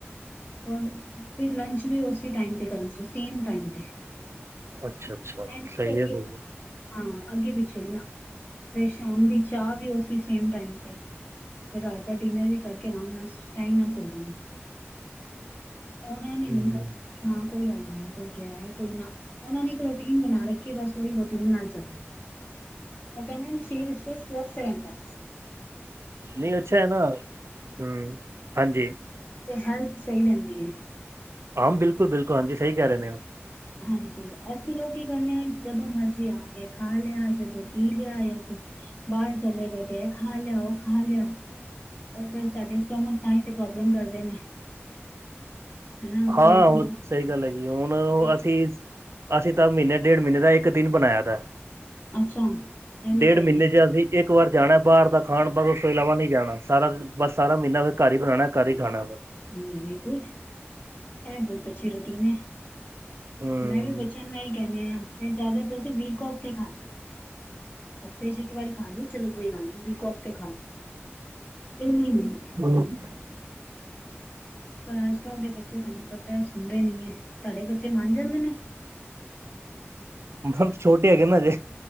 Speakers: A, on the left; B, on the right.
A: ਹੋਰ ਫੇਰ ਲੰਚ ਵੀ ਉਸੇ ਟਾਈਮ ਤੇ ਕਰਨਗੇ ਸੇਮ ਟਾਈਮ ਤੇ।
B: ਅੱਛਾ-ਅੱਛਾ
A: ਐਂਡ
B: ਸਹੀ
A: ਅੱਗੇ
B: ਏ ਫਿਰ।
A: ਹਾਂ ਅੱਗੇ ਪਿੱਛੇ ਨਾ, ਫਿਰ ਸ਼ਾਮ ਦੀ ਚਾਹ ਵੀ ਉਸੀ ਸੇਮ ਟਾਈਮ ਤੇ। ਫਿਰ ਰਾਤ ਦਾ ਡਿਨਰ ਵੀ ਕਰਕੇ ਆਰਾਮ ਨਾਲ ਟਾਈਮ ਨਾਲ ਸੋ ਜਾਣਾ। ਉਹਨਾਂ ਨੇ
B: ਹੂੰ
A: ਕਦੀ, ਹਾਂ ਕੋਈ ਆਇਆ ਕੋਈ ਗਿਆ ਕੋਈ ਨਾ। ਉਹਨਾਂ ਨੇ ਇੱਕ ਰੋਟੀਨ ਬਣਾ ਰੱਖੀ ਏ ਬਸ ਉਹੀ ਰੋਟੀਨ ਨਾਲ ਚੱਲਣਾ। ਉਹ ਕਹਿੰਦੇ ਨੇ ਸਰੀਰ ਇਸ ਸਵਾਸਤ ਰਹਿਂਦਾ ਏ।
B: ਨਹੀਂ ਅੱਛਾ ਏ ਨਾ, ਹੂੰ ਹਾਂਜੀ।
A: ਤੇ ਹੈਲਥ ਸਹੀ ਰਹਿੰਦੀ ਏ।
B: ਹਾਂ ਬਿਲਕੁਲ-ਬਿਲਕੁਲ ਹਾਂਜੀ ਸਹੀ ਕਹਿ ਰਹੇ ਨੇ ਉਹ।
A: ਹਾਂਜੀ ਅਸੀਂ ਲੋਕ ਕੀ ਕਰਨੇ ਆਂ ਜਦੋਂ ਮਰਜੀ ਆ ਕੇ ਖਾ ਲਿਆ, ਜਦੋਂ ਪੀ ਲਿਆ ਯਾਂ ਬਾਹਰ ਚਲੇ ਗਏ ਤੇ ਏ ਖਾ ਲਿਆ ਉਹ ਖਾ ਲਿਆ। ਉਹ ਫਿਰ ਸਾਡੇ ਸਟਮਕ ਤਾਂ ਹੀ ਤੇ ਪ੍ਰੋਬਲਮ ਕਰਦੇ ਨੇ। ਹਨਾ
B: ਹਾਂ
A: ਵੇਟ
B: ਉਹ
A: ਲੋ
B: ਸਹੀ ਗੱਲ ਹੈਗੀ ਏ ਹੁਣ ਉਹ
A: ਵੇਟ
B: ਅਸੀਂ ਅਸੀਂ ਤਾਂ ਮਹੀਨੇ ਡੇਢ ਮਹੀਨੇ ਦਾ ਇੱਕ ਦਿਨ ਬਣਾਇਆ ਦਾ।
A: ਅੱਛਾ ਇਹ ਵੀ
B: ਡੇੜ
A: ਸਹੀ
B: ਮਹੀਨੇ
A: ਹੈ
B: ਚ ਅਸੀਂ ਇੱਕ ਵਾਰ ਜਾਣਾ ਬਾਹਰ ਦਾ ਖਾਣ ਬਸ ਉਸ ਤੋਂ ਇਲਾਵਾ ਨਹੀਂ ਜਾਣਾ। ਸਾਰਾ ਦਿਨ ਬਸ ਸਾਰਾ ਮਹੀਨਾ ਫਿਰ ਘਰ ਹੀ ਬਣਾਉਣਾ ਘਰ ਹੀ ਖਾਣਾ ਵਾ।
A: Very good. ਇਹ ਬਹੁਤ ਅੱਛੀ ਰੋਟੀਨ ਏ।
B: ਹੂੰ
A: ਮੈਂ ਵੀ ਬੱਚਿਆਂ ਨੂੰ ਇਹੀ ਕਹਿੰਨੀ ਆ। ਤੇ ਜਿਆਦਾ ਤੁਸੀਂ ਵੀਕ ਔਫ ਤੇ ਖਾ ਲੋ। ਹਫ਼ਤੇ 'ਚ ਇੱਕ ਵਾਰੀ ਖਾ ਲਓ, ਚਲੋ ਕੋਈ ਗੱਲ ਨੀ, ਵੀਕੋਕ ਤੇ ਖਾ ਲੋ। ਡੇਲੀ ਨਹੀ
B: <unintelligible>
A: ਪਰ ਅੱਜ-ਕੱਲ ਦੇ ਬੱਚੇ ਤੁਹਾਨੂੰ ਪਤਾ ਸੁਣਦੇ ਨੀ ਹੈ। ਤੁਹਾਡੇ ਬੱਚੇ ਮੰਨ ਜਾਂਦੇ ਨੇ
B: ਮ ਛੋਟੇ ਹੈਗੇ ਨਾ ਅਜੇ